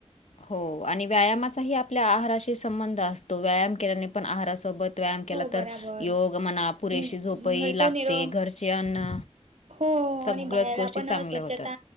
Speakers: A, on the left; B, on the right.
A: हो आणि व्यायामाचाही आपल्या आहाराशी संबंध असतो व्यायाम केल्याने पण आहारासोबत. व्यायाम केला
B: हो बराबर
A: तर योग म्हणा पुरेशी
B: आणि
A: झोपही
B: घरच्या
A: लागते
B: निरो
A: घरचे अन्न.
B: हो
A: सगळ्याच
B: आणि बाहेर
A: गोष्टी
B: आपण
A: चांगल्या
B: स्वच्छता
A: होतात